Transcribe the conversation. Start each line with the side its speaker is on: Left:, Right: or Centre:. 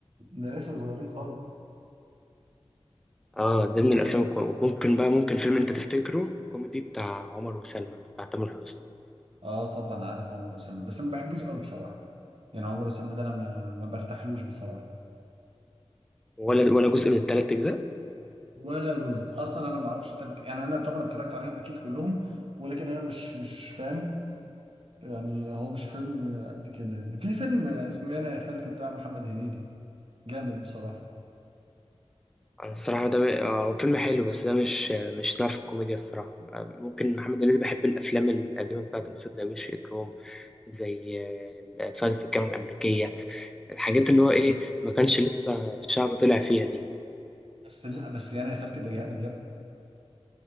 Right: ده لسه صغيرين خالص
Centre: اه ده من الأفلام
Right: آه.
Centre: الكو- ممكن بقى ممكن فيلم أنت تفتكره كوميدي بتاع عمر وسلمى بتاع تامر حسني
Right: اه طبعا عارف عمر وسلمى بس ما بحبوش قوي بصراحة يعني عمر وسلمى ده انا ما ما برتاحلوش بصراحة
Centre: ولا ولا جزء من التلات أجزاء
Right: ولا جزء اصلا انا ما اعرفش التالت يعني انا طبعا اتفرجت عليهم اكيد كلهم ولكن انا مش مش فاهم يعني هو مش فيلم قد كده يعني في فيلم اسمه يانا يا خالتي بتاع محمد هنيدي جامد بصراحة
Centre: أنا الصراحة ده م- آه، هو فيلم حلو بس ده مش مش نوع في الكوميديا الصراحة آه، ممكن محمد هنيدي بحب الأفلام القديمة بتاعته مثلا زي وش إجرام زي آه، صعيدي في الجامعة الأمريكية الحاجات اللي هو إيه ما كانش لسه شعره طلع فيها دي
Right: بس لا بس يانا يا خالتي ده جامد